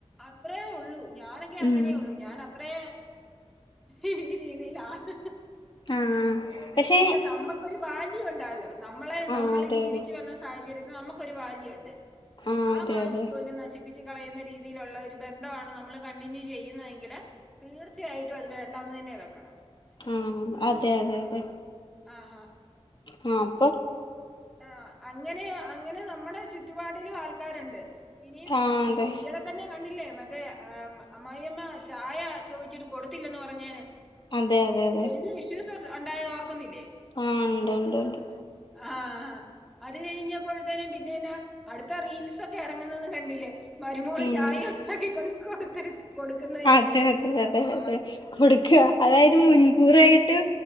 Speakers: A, in the centre; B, on the left.
A: അത്രേ ഉള്ളൂ. ഞാനൊക്കെ അങ്ങനെയൊള്ളൂ
B: ഉം
A: ഞാന അത്രേ ഈ രീതിയിലാണ്
B: ആഹ് പക്ഷെ
A: പിന്നെ നമ്മുക്കൊരു വാല്യൂ ഒണ്ടാലോ നമ്മളെ
B: ആഹ്
A: നമ്മൾ
B: അതെ
A: ജീവിച്ചു
B: അതെ
A: വന്ന സാഹചര്യത്തിൽ നമുക്കൊരു വാല്യൂ ഉണ്ട്
B: ആഹ്
A: ആ
B: അതെ
A: വാല്യൂ
B: അതെ
A: പോലും നശിപ്പിച്ചു കളയുന്ന രീതിയിലുള്ള ഒരു ബന്ധമാണ് നമ്മള് കണ്ടിന്യൂ ചെയ്യുന്നയെങ്കില് തീർച്ചയായിട്ടും അത് വേണ്ടാന്ന് തന്നെയാ കേൾക്കണം
B: ഉം അതെ അതെ അതെ
A: ആഹ്
B: ആ അപ്പൊ
A: ആ അങ്ങനെ അങ്ങനെ നമ്മുടെ ചുറ്റുപാടിലും ആൾക്കാരുണ്ട് ഇനിയും
B: ആഹ് അതെ
A: ഈയിടെ തന്നെ കണ്ടില്ലേ മറ്റ എ ആ അമ്മായിയമ്മ ചായ ചോദിച്ചിട്ട് കൊടുത്തില്ലന്ന് പറഞ്ഞേന്
B: അതെ അതെ അതെ
A: വല്യ ഇഷ്യൂസ് ത് രണ്ടായോർക്ക ന്നില്ലേ
B: ആഹ് ഉണ്ട് ഉണ്ട് ഉണ്ട്
A: ആ അത് കഴിഞ്ഞ് പ്പഴത്തേനും പിന്നെന്നാ അടുത്ത റീൽസ് ഒക്കെ എറങ്ങുന്നത് കണ്ടില്ലേ മരുമോള്
B: ഉം
A: ചായ ഉണ്ടാക്കി കൊണ്ട് കൊടുത്ത കൊടുക്കുന്നതൊക്കെ
B: അതെ അതെ അതെ അതെ കൊടുക്കാ അതായത് മുൻകൂറായിട്ട്